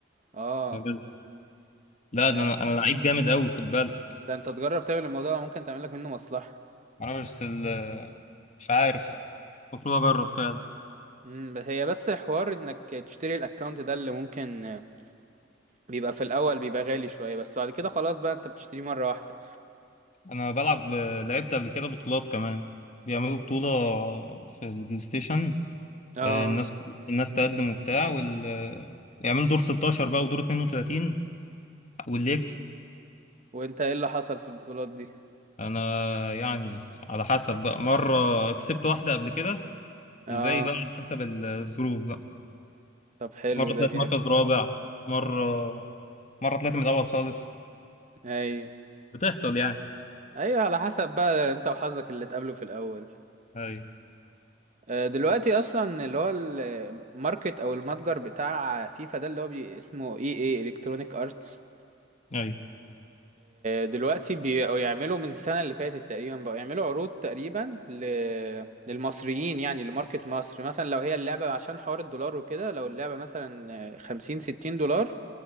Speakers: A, on the right; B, on the left.
A: اه
B: بجد لا
A: ده
B: ده انا انا لعيب جامد قوي خد بالك
A: ده انت تجرب تعمل الموضوع ده، ممكن تعمل لك منه مصلحة
B: معرفش بس ال- مش عارف المفروض اجرب فعلا
A: مم، بس هي بس حوار انك تشتري الاكونت ده اللي ممكن آه، بيبقى في الاول بيبقى غالي شوية بس بعد كده خلاص بقى انت بتشتريه مرة واحدة
B: انا بلعب آه، لعبت قبل كده بطولات كمان بيعملوا بطوله في البلاي ستيشن
A: اه
B: آه، الناس الناس تقدم وبتاع وال آه، يعملوا دور 16 بقى ودور 32 واللي يكسب
A: وانت ايه اللي حصل في البطولات دي
B: انا يعني على حسب بقى مره كسبت واحده قبل كده
A: اه
B: الباقي بقى على حسب الظروف بقى
A: طب حلو
B: مره
A: ده
B: طلعت
A: جامد
B: مركز رابع مره مره طلعت من الاول خالص
A: ايوه
B: بتحصل يعني
A: ايوه على حسب بقى انت وحظك اللي تقابله في الاول
B: اي
A: آه، دلوقتي اصلا اللي هو الماركت او المتجر بتاع فيفا ده اللي هو بي اسمه اي اي الكترونيك ارتس
B: اي
A: دلوقتي بقوا يعملوا من السنه اللي فاتت تقريبا بقوا يعملوا عروض تقريبا ل... للمصريين يعني لماركت مصر مثلا لو هي اللعبه عشان حوار الدولار وكده لو اللعبه مثلا خمسين ستين دولار